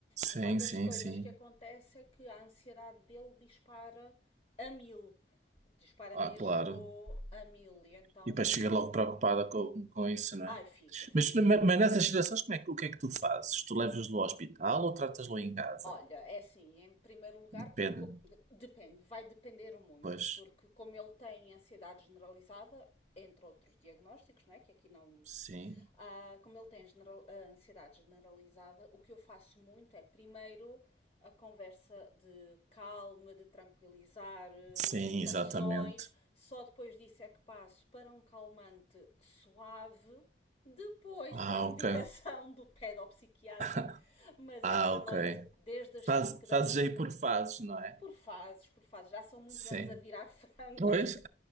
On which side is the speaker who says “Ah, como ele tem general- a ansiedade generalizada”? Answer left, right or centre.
Left